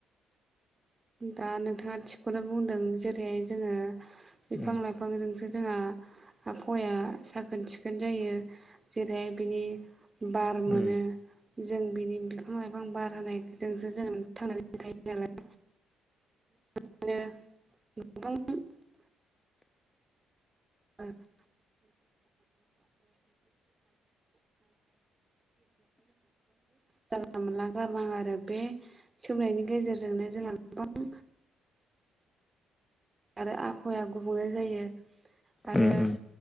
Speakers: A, on the right; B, on the left.
A: दा नोंथाङा थिगखौनो बुंदों जेरैहाय जोङो बिफां
B: उम
A: लाइफांजोंसो जोंहा आबहवाया साखोन सिखोन जायो जेरैहाय बिनि बार मोनो
B: उम
A: जों बिनि बिफां लाइफां बार होनायजोंसो जों थांनानै थायो नालाय <unintelligible> <unintelligible> <unintelligible> जाला मोनला गालां आरो बे सोंनायनि गेजेरजोंनो जोंहा गोबां आरो आबहावाया गुबुंल जायो आरो
B: उम उम उम